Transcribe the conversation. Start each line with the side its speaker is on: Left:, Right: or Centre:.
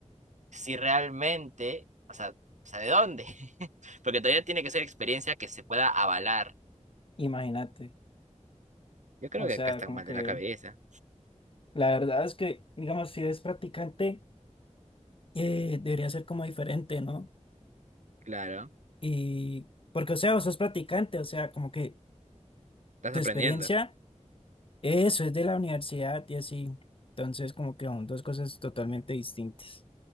Right: Si realmente, o sea, o sea, ¿de dónde? <laughs> Porque todavía tiene que ser experiencia que se pueda avalar.
Left: imagínate.
Right: Yo creo
Left: O
Right: que
Left: sea,
Right: acá están
Left: como
Right: mal
Left: que
Right: de la cabeza.
Left: la verdad es que, digamos, si eres practicante, eh, debería ser como diferente, ¿no?
Right: Claro,
Left: Y porque, o sea, vos sos practicante, o sea, como que
Right: estás
Left: tu
Right: aprendiendo,
Left: experiencia, eso es de la universidad y así. Entonces, como que son dos cosas totalmente distintas.